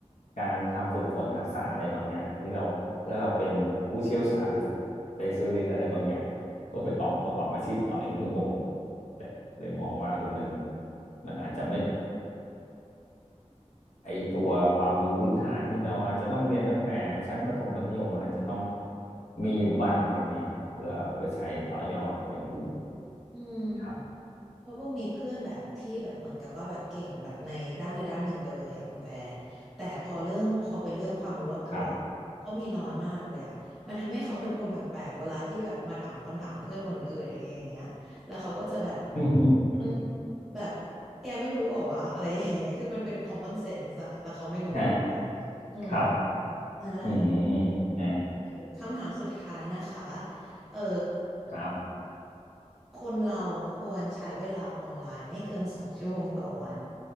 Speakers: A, on the left (about 80°); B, in the centre.
A: การทำฝึกฝนทักษะอะไรบางอย่างที่เราเพื่อเราเป็นผู้เชี่ยวชาญหรือ specialist อะไรบางอย่างเพื่อไปประกอบประกอบอาชีพต่ออย่างที่คุณโบเลยเลยมองว่าเออมันมันอาจจะไม่ ไอตัวความรู้พื้นฐานที่เราอาจจะต้องเรียนตั้งแต่ชั้นประถมมัธยมอาจจะต้องมีอยู่บ้างอะไรเงี้ยครับเพื่อเอาไปใช้ต่อยอดอย่างอื่น
B: อืม
A: ครับ
B: เพราะว่ามีเพื่อนแบบที่แบบเหมือนกับว่าแบบเก่งแบบในด้านใดด้านหนึ่งไปเลยอ่ะคุณแฟร์แต่พอเรื่องพอเป็นเรื่องความรู้รอบตัว
A: ครับ
B: เขามีน้อยมากเลยอ่ะมันทำให้เขาเป็นคนแปลกๆเวลาที่แบบมาถามคำถามเพื่อนคนอื่นอย่างเงี้ยอย่างเงี้ยแล้วเขาก็จะแบบ
A: <laughs>
B: อืมแบบแกไม่รู้เหรอวะอะไรอย่างเงี้ยคือมันเป็น common sense อะแล้วเขาไม่รู้
A: ฮะ
B: อืม
A: ครับ
B: นั่นแหละ
A: อืมฮะ
B: โอเคคำถามสุดท้ายนะคะเออ
A: ครับ
B: คนเราควรใช้เวลาออนไลน์ไม่เกินสองชั่วโมงต่อวัน